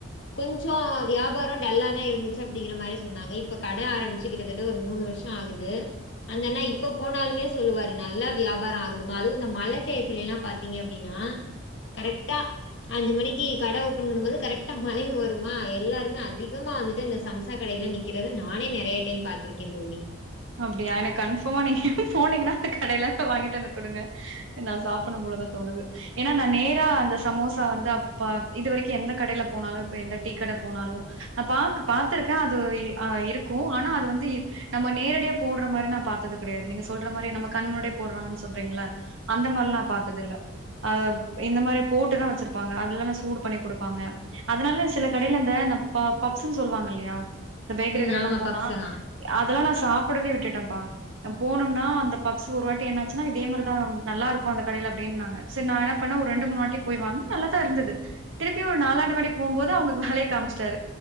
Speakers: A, on the left (about 60°); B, on the right (about 70°).
A: கொஞ்ச வியாபாரோ டல்லா தா இருந்துச்சு அப்டிங்கிற மாரி சொன்னாங்க இப்ப கட ஆரம்ச்சி கிட்டத்தட்ட ஒரு மூணு வருஷோ ஆகுது அந்தன்னா இப்பப் போனாலுமே சொல்லுவாரு நல்லா வியாபார ஆகுதுமா அதுவு இந்த மழ டயத்துல எல்லா பாத்தீங்க அப்டினா கரெக்டா அஞ்சு மணிக்கி கட ஓபன் பண்ணும்போது கரெக்டா மழையு வருமா எல்லாருமே அதிகமா வந்துட்டு அந்த சம்சா கடய இல்ல நிக்கிறது நானே நெறயா டைம் பாத்ருக்கே தோழி
B: அப்டியா எனக்கு கன்பஃமா நீங்க போனிங்கனா அந் கடைலேந்து வாங்கிட் வந்து குடுங்க நா சாப்புட்னுபோ வ்ல தா தோணுது ஏன்னா நா நேரா அந்த சமோசா வந்து அப்ப இது வரிக்கு எந்த கடைல போனாலு இப்ப எந்த டி ஈ கட போனாலு ந பாக்கு பாத்துருக்க அது வொ இ அ இருக்கு அனா அது வந்து இர் நம்ம நேரட் அப்டியே போட்ற மாரி நா பாத்தது கடையாது நீங்க சொல்ற மாரி நம்ம கண்முன்னடே போட்றாங்கன் சொல்றீங்ள அந்த மார்லா பாத்தது இல்ல அ இந்த மாரி போட்டுதா வச்சிருப்பாங்க அதுலலா சூடு பண்ணி குடுப்பாங்க அதுனால சில கடைலந்த ன்ன ப பப்ஸுன் சொல்லுவாங்கலயா இந்த பேக்கரி
A: ம்
B: கடயெல்லா
A: ஆமா
B: போனா
A: பப்ஸ் எல்லா
B: அதலா நா சாப் ப்புரதே விட்டுட்டம்பா போனம்னா அந்த பப்ஸ் ஒரு வாட்டி என்னாச்சுனா இதே மரிதா நல்லாருக்கு அந்த கடைல அப்டின் ன்னாங்க செர் நா என்ன பண்ண ஒர் ரெண்டு மூண் வாட்டி போய் வாங்க நல்லா தா இருந்துது திருப்பி ஒரு நாலாடு வாட்டி போம் போது அவுங்க ஹலே காம்ச்ட்டாரு